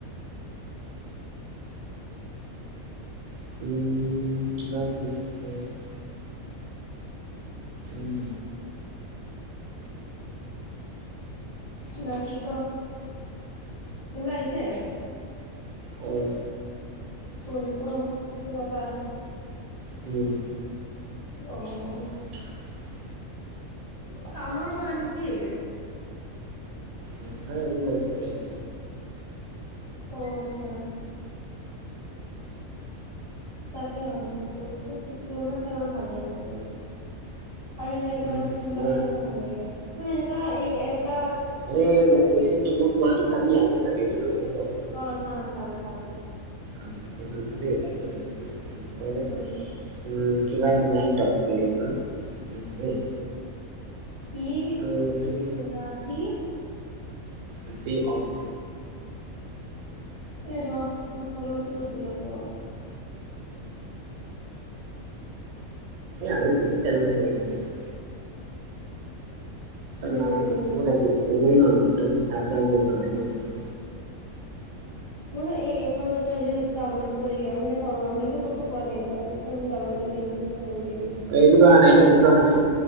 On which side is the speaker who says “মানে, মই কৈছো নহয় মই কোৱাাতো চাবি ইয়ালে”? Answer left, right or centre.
Right